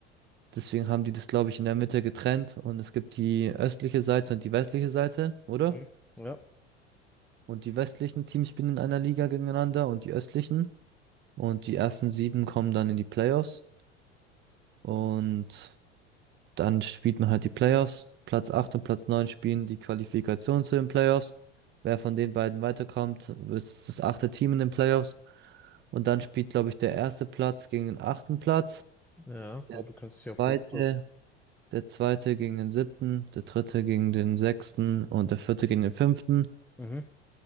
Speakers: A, on the right; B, in the centre.
A: Deswegen haben die das, glaube ich, in der Mitte getrennt und es gibt die östliche Seite und die westliche Seite, oder?
B: Mhm. Ja,
A: Und die westlichen Teams spielen in einer Liga gegeneinander und die östlichen. Und die ersten sieben kommen dann in die Playoffs. Und Dann spielt man halt die Playoffs. Platz 8 und Platz 9 spielen die Qualifikation zu den Playoffs. Wer von den beiden weiterkommt, ist das achte Team in den Playoffs. Und dann spielt, glaube ich, der erste Platz gegen den achten Platz.
B: ja,
A: Der
B: du kannst
A: zweite,
B: dich ja voll gut aus.
A: der zweite gegen den siebten, der dritte gegen den sechsten und der vierte gegen den fünften.
B: Mhm.